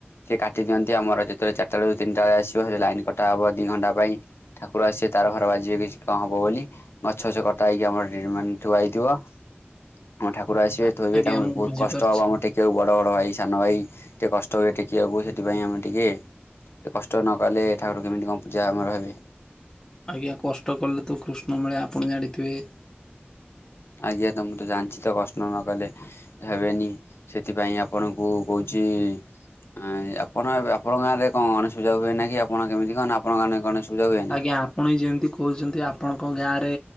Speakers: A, on the left; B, on the left.
A: ସେ କାଟି ଦିଅନ୍ତି ଆ ଆମର ଯେତେବେଳେ ଚାରଟାରୁ ତିନିଟା ଯାଏ ଆସିବ ସେ ଲାଇନ କଟାହବ ଦି ଘଣ୍ଟା ପାଇଁ ଠାକୁର ଆସିବେ ତାର ଫାର ବାଜିବ କିଛି କଣ ହବ ବୋଲି ଗଛ ଫଛ କଟା ହେଇକି ଆମର ଏଠି ମାନେ ଥୁଆ ହେଇଥିବ ଆମ ଠା କୁରା ଆସିବେ
B: ଆ-
A: ଥୋଇବେ
B: ଆଜ୍ଞା
A: ତାଙ୍କୁ
B: ମୁଁ
A: ବୋହୁତ
B: ବୁଝିପାରୁଛି।
A: କଷ୍ଟ ହବ ଆମର ଟେକିବାକୁ ବଡ଼ ବଡ଼ ଭାଇ ସ୍ ସାନ ଭାଇ ଟିକେ କଷ୍ଟ ହୁଏ ଟେକିବାକୁ ସେଥିପାଇଁ ଆମେ ଟିକେ ଟିକେ କଷ୍ଟ ନକଲେ ଠାକୁର କେମିତି କଣ ପୂଜା ଆମର ହେବେ।
B: ଆଜ୍ଞା କଷ୍ଟ କଲେ ତ କୃଷ୍ଣ ମିଳେ ଆପଣ ଜାଣିଥିବେ।
A: ଆଜ୍ଞା ତ ମୁଁ ତ ଜାଣିଚି ତ କଷ୍ଟ ନକଲେ ହେବେନି ସେଥିପାଇଁ ଆପଣଙ୍କୁ କୋହୁଚି ଇ ଆଁ ଆପଣ ଏବେ ଆପଣଙ୍କ ଗାଁରେ କଣ ଗଣେଶ ପୂଜା ହୁଏନା କି ଆପଣ କେମିତି କଣ ନା ଆପଣମାନେ ଗଣେଶ୍ ପୂଜା ହୁଏ
B: ଆଜ୍ଞା ଆପଣ ବି ଯେମତି କୋହୁଚନ୍ତି ଆପଣଙ୍କ ଗାଁରେ